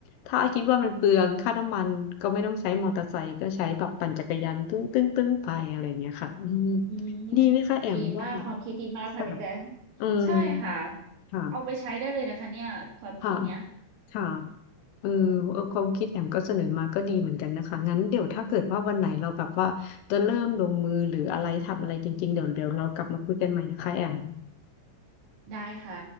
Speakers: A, on the left; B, on the right.
A: ถ้าคิดว่ามันเปลืองค่าน้ำมันก็ไม่ต้องใช้มอเตอร์ไซค์ก็ใช้แบบปั่นจักรยานตึ้งตึ้งตึ้งไปอะไรอย่างเงี้ยค่ะอืม
B: อืม
A: ดีไหมคะแอมว่า
B: ดีมากความคิดดีมากค่ะพี่แต่
A: ค่ะอืม
B: ใช่ค่ะ
A: ค่ะ
B: เอาไปใช้ได้เลยนะคะเนี่ยความคิดเนี้ย
A: ค่ะค่ะเออเออความคิดแอมก็เสนอมาก็ดีเหมือนกันนะคะงั้นเดี๋ยวถ้าเกิดว่าวันไหนเราแบบว่าจะเริ่มลงมือหรืออะไรทำอะไรจริงๆเดี๋ยวเดี๋ยวเรากลับมาคุยกันใหม่นะคะแอม
B: ได้ค่ะ